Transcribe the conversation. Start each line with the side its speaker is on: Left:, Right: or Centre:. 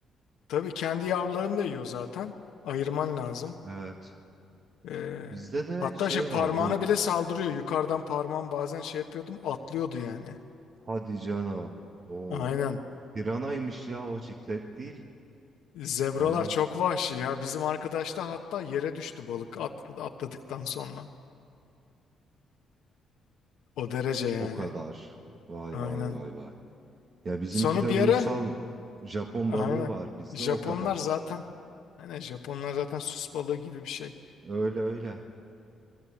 Left: Tabii kendi yavrularını da yiyor zaten. Ayırman lazım.
Right: Evet.
Left: Ee,
Right: Bizde de
Left: hatta
Right: şey
Left: şey parmağına
Right: var bu.
Left: bile saldırıyor. Yukarıdan parmağım bazen şey yapıyordum atlıyordu yani.
Right: Hadi canım. Oo.
Left: Aynen.
Right: Piranaymış ya o ciklet değil.
Left: Zebralar
Right: Fena.
Left: çok vahşi ya. Bizim arkadaş da hatta yere düştü balık atladı, atladıktan sonra. O derece yani.
Right: O kadar. Vay
Left: Aynen.
Right: vay vay vay. Ya bizimkiler
Left: Sonra bir
Right: uysal
Left: ara
Right: Japon
Left: aynen.
Right: balığı var bizde
Left: Japonlar
Right: o kadar.
Left: zaten aynen Japonlar zaten süs balığı gibi bir şey.
Right: Öyle öyle.